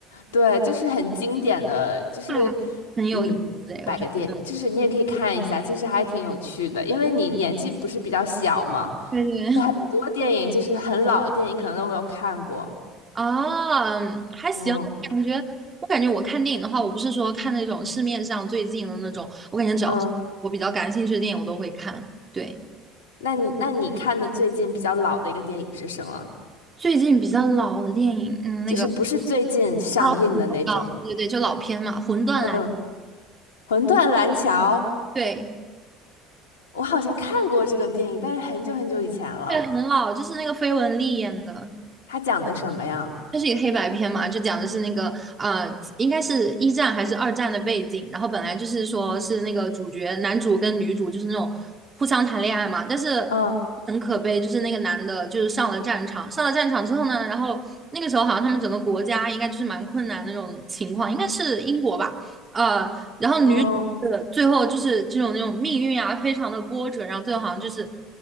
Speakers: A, on the left; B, on the right.
A: 对，就是很经典的，就是
B: 对，很有意思哎，
A: 嗯。一百个电，
B: 我觉得。
A: 就是你也可以看一下，其实还挺有趣的，因为你年纪不是比较小嘛，
B: 对对对，
A: 就很多电影就是很老的电影，可能都没有看过。
B: 啊，嗯还行，
A: 嗯
B: 我感觉我感觉我看电影的话，我不是说看那种市面上最近的那种，我感觉只要是我比较感兴趣的电影，
A: 嗯，
B: 我都会看。对，
A: 那你那你看的最近比较老的一个电影是什么？
B: 最近比较老的电影，嗯，那个
A: 就是不是最近上映的那种？
B: 啊，对对对，就老片嘛，《魂断蓝》，
A: 嗯，《魂断蓝桥》，
B: 对，
A: 我好像看过这个电影，但是很久很久以前了。
B: 对，很老，就是那个绯闻丽演的。
A: 它讲的什么呀？
B: 它是一个黑白片嘛，就讲的是那个呃，应该是一战还是二战的背景。然后本来就是说是那个主角男主跟女主就是那种互相谈恋爱嘛，但是
A: 嗯
B: 很可悲，就是那个男的就是上了战场，上了战场之后呢，然后那个时候好像他们整个国家应该就是蛮困难的那种情况，应该是英国吧，呃，然后女
A: 嗯，
B: 呃最后就是这种那种命运啊，非常的波折，然后最后好像就是